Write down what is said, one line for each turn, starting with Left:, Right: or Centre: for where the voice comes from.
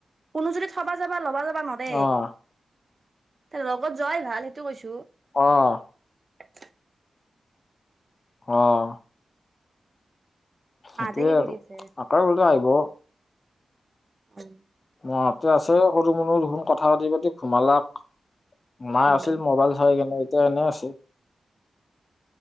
Right: কোনো যদি থবা যাবা ল'বা যাবা নৰে
Left: অ',
Right: তেনে হলি লগত যোৱাই ভাল সেইটো কৈছো
Left: অহ
Right: <inaudible>
Left: অহ সেইটোয়ে
Right: মাহঁতে কি
Left: আৰু
Right: কৰি আছে
Left: আকলাই গলে আহিব
Right: হয়
Left: মাহতে আছে সৰু মুনু দেখোন কথা পাতি পাতি ঘুমালাক মায় আছিল
Right: অ
Left: মোবাইল চাই কিনে এতিয়া এনেই আছিল